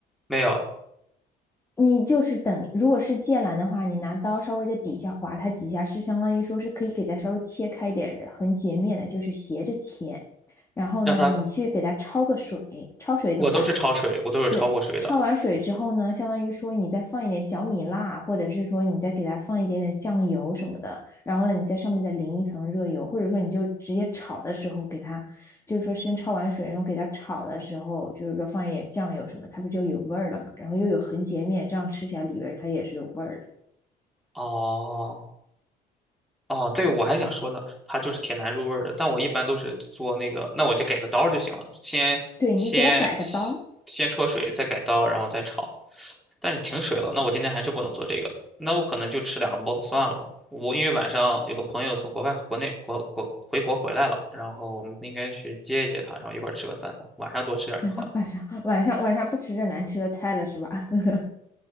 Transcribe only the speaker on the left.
你就是等，如果是剑兰的话，你拿刀稍微在底下划它几下，是相当于说是可以给它稍微切开一点的，横截面的，就是斜着切。然后呢，
你去给它焯个水，焯水懂吧？
对，焯完水之后呢，相当于说你再放一点小米辣，或者是说你再给它放一点点酱油什么的，然后呢，你在上面再淋一层热油，或者说你就直接炒的时候给它，就是说先焯完水，然后给它炒的时候，就是说放一点酱油什么，它不就有味儿了嘛？然后又有横截面，这样吃起来里边儿它也是有味儿的。
对，你就给它改个刀，
<laughs> 晚上晚上晚上不吃这难吃的菜了是吧？<laughs>